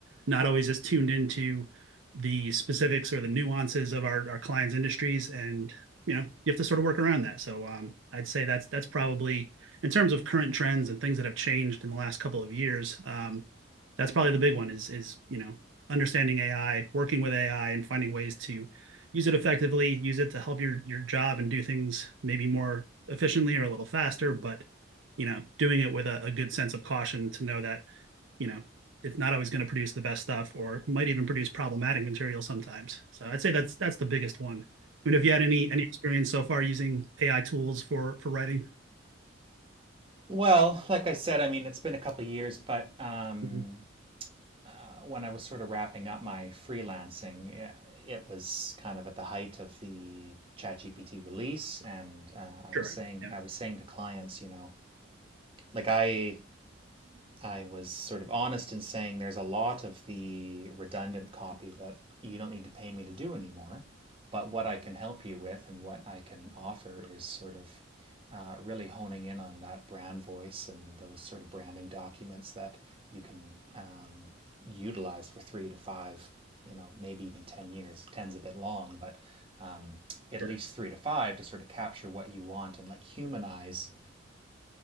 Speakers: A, on the right; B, on the right.
A: not always as tuned into the specifics or the nuances of our, our clients' industries. And, you know, you have to sort of work around that. So um, I'd say that's that's probably in terms of current trends and things that have changed in the last couple of years. Um, that's probably the big one is is, you know, understanding AI, working with AI, and finding ways to use it effectively, use it to help your your job and do things maybe more efficiently or a little faster, but you know, doing it with a, a good sense of caution to know that, you know, it's not always going to produce the best stuff or might even produce problematic material sometimes. So I'd say that's that's the biggest one. I mean, have
B: Yeah.
A: you had any any experience so far using AI tools for for writing?
B: Well, like I said, I mean, it's been a couple of years, but um,
A: Mhm.
B: uh, when I was sort of wrapping up my freelancing, yeah, it was kind of at the height of the ChatGPT release, and uh, I
A: Sure.
B: was saying,
A: Yeah.
B: I was saying to clients, you know, like I I was sort of honest in saying there's a lot of the redundant copy that you don't need to pay me to do anymore. But what I can help you with and what I can offer is sort of uh, really honing in on that brand voice and those sort of branding documents that you can um, utilize for three to five, you know, maybe even 10 years. Ten's a bit long, but um, at
A: Sure.
B: least three to five to sort of capture what you want and like humanize